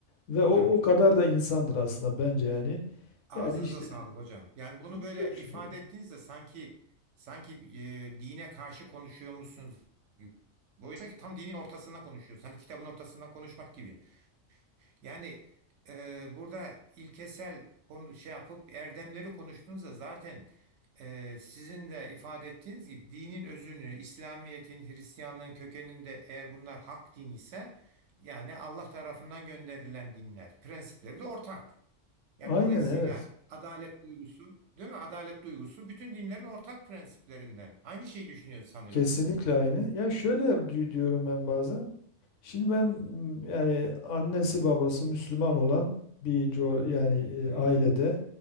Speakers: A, on the left (about 70°); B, on the right (about 70°).
A: ve
B: Hocam
A: o o kadar da insandır aslında bence yani.
B: ağzınıza
A: Yani işte
B: sağlık hocam. Yani bunu böyle
A: çok şey-
B: ifade ettiğinizde sanki sanki e, dine karşı konuşuyormuşsunuz gibi. Oysa ki tam dinin ortasından konuşuyoruz. Hani kitabın ortasından konuşmak gibi. Yani e, burada ilkesel konu şey yapıp erdemleri konuştuğunuzda zaten e, sizin de ifade ettiğiniz gibi dinin özünü, İslamiyet'in, Hristiyanlığın kökeninde eğer bunlar hak din ise yani Allah tarafından gönderilen dinler, prensipleri de ortak. Yani
A: aynen
B: dolayısıyla
A: evet.
B: adalet duygusu, değil mi? Adalet duygusu bütün dinlerin ortak prensiplerinden. Aynı şeyi düşünüyoruz sanıyorum.
A: Kesinlikle aynı. Ya şöyle di- diyorum ben bazen. Şimdi ben m, yani annesi babası Müslüman olan bir coğra- yani e,
B: Hı
A: ailede
B: hı.